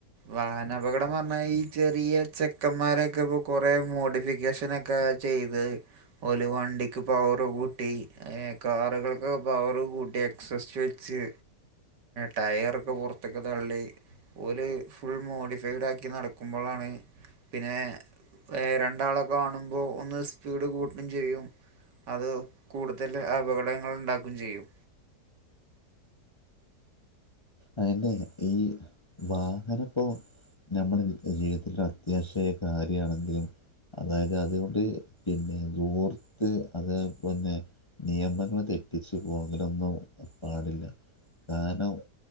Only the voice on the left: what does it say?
അയ്ന്റെ ഈ വാഹനപ്പോ- നമ്മളെ ജീവിതത്തില ഒരു അത്യാവശ്യായ കാര്യാണ് അത് അതായത് അതുകൊണ്ട് പിന്നെ ദൂർത്ത് അതേ പോലെന്നെ- നിയമങ്ങള് തെറ്റിച്ചു പോകലൊന്നും പാടില്ല കാര്ണം-